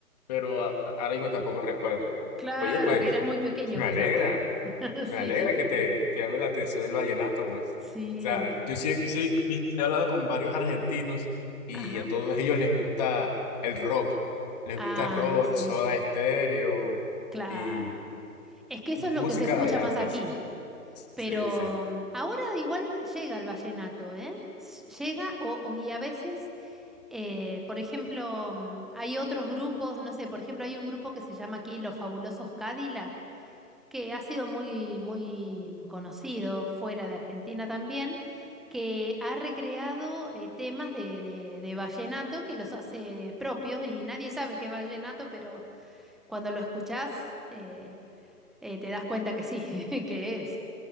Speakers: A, on the left; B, in the centre.
A: pero a- ahora mismo tampoco recuerdo.
B: claro,
A: Oye, pues,
B: que eras muy pequeño
A: me
B: quizá
A: alegra,
B: vos. <laughs> Sí,
A: me alegra que te, que te llame la atención el vallenato, pues.
B: sí,
A: O sea, yo sí, yo sí vi- he hablado con varios argentinos y
B: ajá.
A: a todos ellos les gusta el rock. Les
B: Ay,
A: gusta rock,
B: sí,
A: Soda Estéreo
B: claro.
A: y
B: Es que eso es lo
A: música
B: que se escucha
A: de allá,
B: más
A: pues.
B: aquí. Pero
A: Sí, sí.
B: mm, ahora igual llega el vallenato, ¿eh? S- Llega o, o- y a veces, eh, por ejemplo, mm, hay otros grupos, no sé, por ejemplo, hay un grupo que se llama aquí Los Fabulosos Cadillac que ha sido muy, muy conocido fuera de Argentina también, que ha recreado eh, temas de, de- de vallenato que los hace propios y nadie sabe qué es vallenato, pero cuando lo escuchás eh, eh, te das cuenta que sí, <laughs> que es.